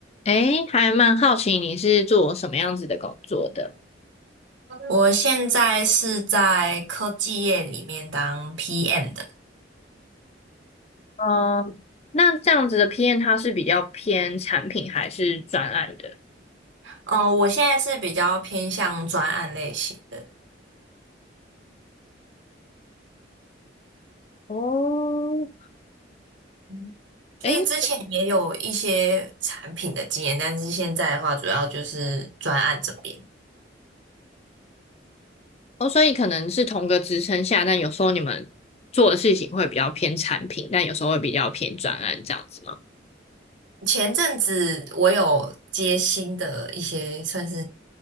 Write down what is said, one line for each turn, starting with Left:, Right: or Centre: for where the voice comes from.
Left: 诶，还蛮好奇你是做什么样子的工作的？
Right: 我现在是在科技业里面当 PM 的，
Left: 嗯，那这样子的 PM 它是比较偏产品还是专案的？
Right: 呃，我现在是比较偏向专案类型的，
Left: 哦，
Right: 嗯就是之前也有一些产品的经验，
Left: 诶，
Right: 但是现在的话主要就是专案这边。
Left: 哦，所以可能是同个职称下，但有时候你们做的事情会比较偏产品，但有时候会比较偏专案这样子吗？
Right: 前阵子我有接新的一些算是